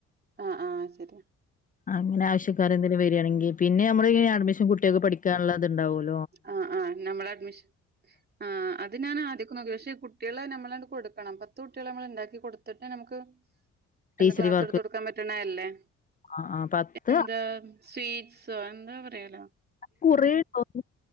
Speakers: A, on the right (about 35°); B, on the left (about 30°).
A: അഹ് ആഹ് ശെര്യ.
B: അങ്ങനെ ആവശ്യക്കാരെന്തലും വരാണെങ്കി പിന്നെ നമ്മള് ഇങ്ങനെ അഡ്മിഷൻ കുട്ട്യേൾക്ക് പഠിക്കാനുള്ളത്തുണ്ടാവുമോ
A: അഹ് ആഹ് നമ്മുടെ അഡ്മിഷൻ ആഹ് അത് ഞാൻ ആദ്യക്ക് നോക്കി. പക്ഷെ ഈ കുട്ട്യേളെ നമ്മളാണ് കൊടുക്കണം. പത്ത് കുട്ട്യെളെ നമ്മള് ഇണ്ടാക്കി ക്കൊടുത്തിട്ട് നമുക്ക്
B: ടീച്ചറി
A: എന്ന് ക്ലാസ്ത്തൊട്ക്കാൻ
B: വർക്ക്
A: പറ്റ്ണെല്ലെ.
B: ആ ആ പത്ത്
A: എന്താ സ്വീറ്റ്സ് എന്താ പറയല്
B: കൊറേ <unintelligible>